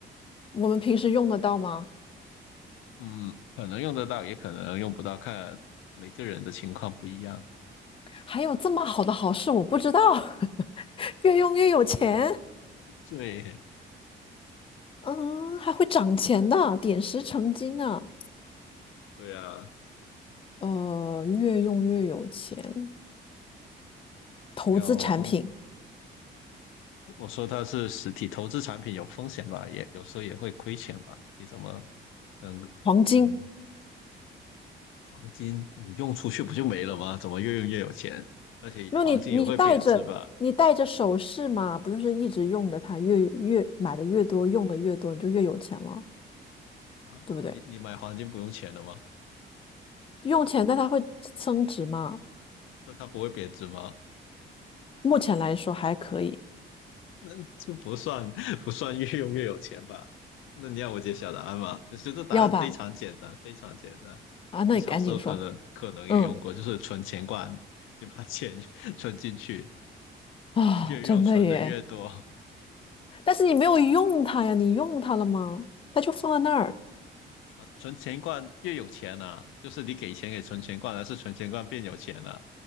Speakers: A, on the left; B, on the left.
A: 我们平时用得到吗？
B: 嗯，可能用得到，也可能用不到，看每个人的情况不一样。
A: 还有这么好的好事，我不知道。<laughs> 越用越有钱
B: 对，
A: <laughs>，嗯，还会涨钱的，点石成金啊！
B: 对呀，
A: 呃，越用越有钱，投资产品，
B: 你要我嗯，我说它是实体投资产品有风险吧，也有时候也会亏钱吧。你怎么能
A: 黄金。
B: 嗯，黄金你用出去不就没了吗？怎么越用越有钱？而且黄金也会贬值吧？
A: 没有你，你戴着你戴着首饰嘛，不就是一直用着它，越越买的越多，用的越多，你就越有钱了，
B: 啊，
A: 对不对？
B: 你你买黄金不用钱的吗？
A: 用钱，但它会增值嘛？
B: 那它不会贬值吗？
A: 目前来说还可以，
B: 那就不算不算越用越有钱吧？那你要我揭晓答案吗？就是这答案非常简单，
A: 要吧？
B: 非常简单。
A: 啊，那你赶紧说。
B: 你小时候可能可能也用过，
A: 嗯
B: 就是存钱罐，你把钱 <laughs> 存进去，
A: 啊，
B: 越用存的越多。
A: 真的耶！但是你没有用它呀，你用它了吗？它就放在那儿。
B: 啊，存钱罐越有钱啊，就是你给钱给存钱罐，还是存钱罐变有钱了、